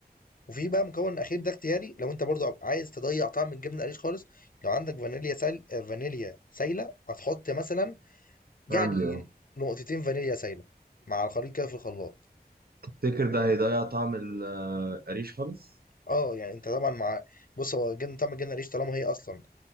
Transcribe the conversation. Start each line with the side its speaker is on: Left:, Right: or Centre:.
Left: وفي بقى مكون اخير ده اختياري لو انت برضو عايز تضيع طعم الجبنه القريش خالص لو عندك فانيليا سال آه، فانيليا سايله هتحط مثلا يعني
Right: عندي اهو
Left: نقطتين فانيليا سايله مع الخليط كده في الخلاط
Right: تفتكر ده هيضيع طعم ال- آه، القريش خالص
Left: اه يعني انت طبعا مع بص هو جبنه طعم الجبنه القريش طالما هي اصلا